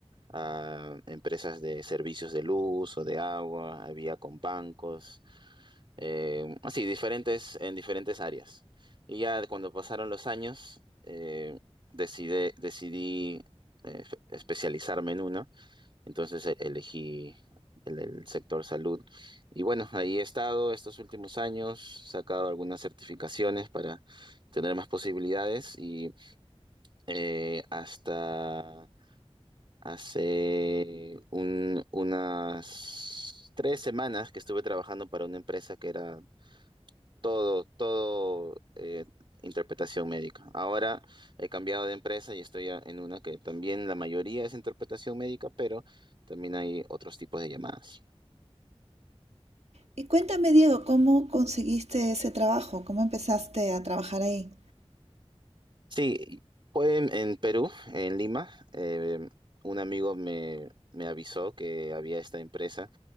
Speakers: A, on the right; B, on the right.
A: a empresas de servicios de luz o de agua, había con bancos, eh, así, diferentes, en diferentes áreas. Y ya cuando pasaron los años, eh, decide- decidí eh, especializarme en uno. Entonces e- elegí el, el sector salud. Y bueno, ahí he estado estos últimos años, he sacado algunas certificaciones para tener más posibilidades y eh, hasta hace un- unas tres semanas que estuve trabajando para una empresa que era todo, todo eh, interpretación médica. Ahora he cambiado de empresa y estoy a- en una que también la mayoría es interpretación médica, pero también hay otros tipos de llamadas.
B: Y cuéntame, Diego, ¿cómo conseguiste ese trabajo? ¿Cómo empezaste a trabajar ahí?
A: Sí, fue en, en Perú, en Lima. eh, un amigo me, me avisó que había esta empresa